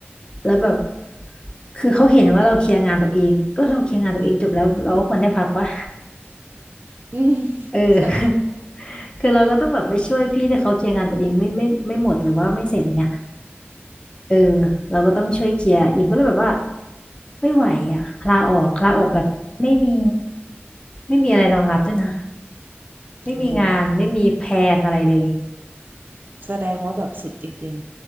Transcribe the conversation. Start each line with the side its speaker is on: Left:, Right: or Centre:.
Left: แล้วแบบคือเขาเห็นว่าเราเคลียร์งานตัวเองก็เราเคลียร์งานตัวเองจบแล้วเราก็ควรได้พักวะ
Right: <laughs> อืม
Left: เออ
Right: ใช่
Left: <laughs> คือเราก็ต้องแบบไปช่วยพี่ที่เขาเคลียร์งานตัวเองไม่ไม่ไม่หมดหรือว่าไม่เสร็จอย่างเงี้ยเออเราก็ต้องช่วยเคลียร์อิงก็เลยแบบว่าไม่ไหวอ่ะลาออกลาออกแบบไม่มีไม่มีอะไรรองรับด้วยนะไม่มีงานไม่มีแผนอะไรเลย
Right: โอ้โหแสดงว่าแบบสุดจริง